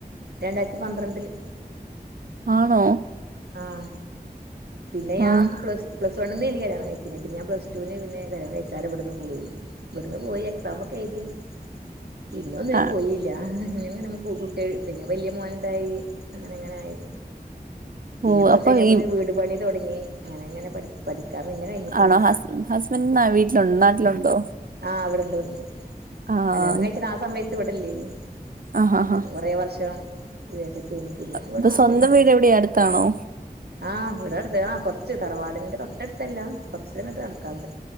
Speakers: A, on the right; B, on the right.
A: രണ്ടായിരത്തി പന്ത്രണ്ടില്
B: ആണോ
A: ആഹ പിന്നെ ഞാൻ
B: ആഹ്
A: പ്ലസ് പ്ലസ്ണ്ണ നിന്ന് എ കല്യാണം കഴിച്ചിേന്ന പ്ല ടുവിന് പിെ കല്യാണം കഴിച്ചാ ഇവിടുന്ന് പോയി. ഇവിടുന്ന് പോയി എക്സാം ഒക്കെ എഴുതി പിന്നെ ഒന്നിന
B: ആ
A: പോയില്ല ഇല്ലന്നങ്ങെ നമക്ക് കുട്ടിക പിന്നെ വലിയ മോൻണ്ടായി അങ്ങനെ അങ്ങനായി പിന്നെ
B: ഓ
A: കുറച്ച്
B: അപ്പൊ
A: കഴിഞ്ഞപ്പ
B: ഈ
A: വീട് പണി തുടങ്ങി അങ്ങനെ അങ്ങനെ പ പഠാൻ പിന്നെ കഴിഞ്ഞിട്ടില്ല
B: ആണോ ഹസ് ഹസ്ബൻഡ വീട്ടിലുണ്ടോ നാട്ടിലുണ്ടോ?
A: ആഹ് അവിടെണ്ട് ഇവിടുണ്ട്
B: ആഹ്
A: കല്യാണം കഴിച്ചിട്ട ആ സമയത്ത് വിടല്ലേ നി
B: ആഹ് ആഹ്
A: പിന്ന കുററെേ വർഷം വിദേശത്തന് പിന്നെപ്പ ഇവിടെ
B: അപ്പൊ
A: നാട്ടിലുണ്ട്
B: സ്വന്തം വീട് എവിടെയാ അടുത്താണോ
A: ആഹ് ഇവിടെ അടുത്ത് ആ കുറച്ച് തറവാടി്റെ തൊട്ടടുത്തല്ല കൊറച്ച്നക്ക നടക്കാണ്ട്